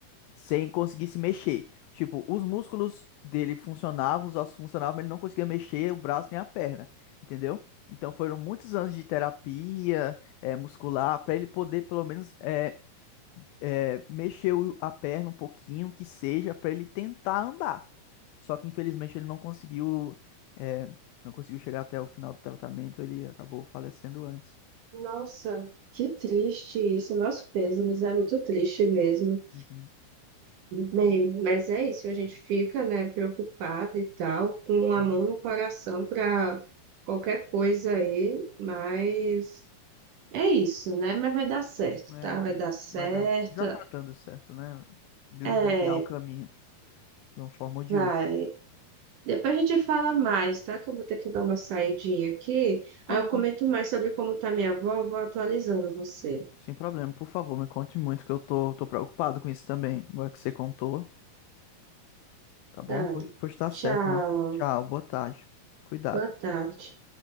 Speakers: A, on the left; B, on the right.
A: sem conseguir se mexer. Tipo, os músculos dele funcionavam, os ossos funcionavam, mas ele não conseguia mexer o braço nem a perna, entendeu? Então foram muitos anos de terapia eh, muscular para ele poder pelo menos eh, eh, mexer o- a perna um pouquinho, que seja, para ele tentar andar. Só que infelizmente ele não conseguiu, eh, não conseguiu chegar até o final do tratamento, ele acabou falecendo antes.
B: Nossa, que triste isso. Nosso peso, mas é muito triste mesmo.
A: Uhum,
B: Bem, mas é isso, a gente fica, né, preocupado e tal, com
A: Sim,
B: amor no coração para qualquer coisa aí, mas é isso, né? Mas vai dar certo,
A: é
B: tá?
A: a vida.
B: Vai dar certo.
A: Vai dar. Já tá dando certo, né? Deus
B: É,
A: vai guiar o caminho. de uma forma ou de
B: vai.
A: outra.
B: Depois a gente fala mais, tá? Que eu vou ter que dar uma saidinha aqui.
A: Tá
B: Aí eu
A: bom,
B: comento mais sobre como tá minha avó, vou atualizando você.
A: sem problema, por favor, me conte muito, que eu tô, tô preocupado com isso também, agora que você contou, tá bom?
B: Tá.
A: Pois, pois tá certo,
B: Tchau.
A: ó. Tchau, boa tarde, cuidado.
B: Boa tarde.